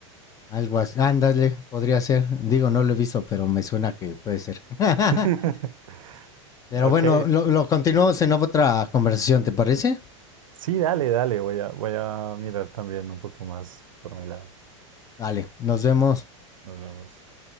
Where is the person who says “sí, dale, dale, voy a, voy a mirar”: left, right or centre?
Right